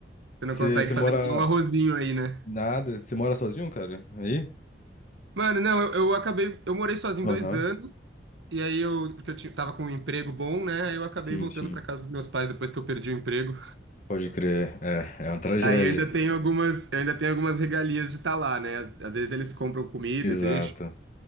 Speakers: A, on the right; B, on the left.
A: Você não
B: Você
A: consegue
B: você
A: fazer
B: mora
A: nenhum arrozinho aí, né?
B: nada? Você mora sozinho, cara? Aí?
A: Mano, não, eu, eu acabei. Eu morei sozinho
B: Aham.
A: dois anos, e aí eu. Porque eu ti- tava com um emprego bom, né? Aí eu acabei
B: Sim,
A: voltando
B: sim.
A: pra casa dos meus pais depois que eu perdi o emprego.
B: Pode crer. É, é uma tragédia.
A: Aí eu ainda tenho algumas, eu ainda tenho algumas regalias de estar lá, né? Às, às vezes eles compram comida,
B: Exato.
A: e deixam.